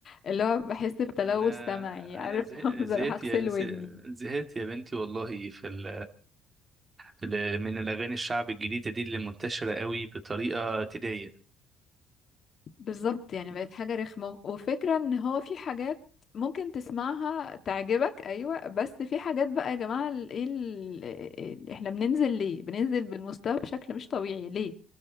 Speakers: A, on the left; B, on the right.
A: اللي هو بحس بتلوث
B: انا
A: سمعي عارف
B: انا زه-
A: <laughs> عاوزة
B: زهقت
A: اروح اغسل
B: يا زه-
A: ودني
B: زهقت يا بنتي والله في ال... في ال... من الاغاني الشعب الجديدة دي اللي منتشرة قوي بطريقة تضايق
A: بالظبط يعني بقت حاجه رخمه وفكره ان هو في حاجات ممكن تسمعها تعجبك ايوه بس في حاجات بقى يا جماعه ال- ايه ال- احنا بننزل ليه بننزل بالمستوى بشكل مش طبيعي ليه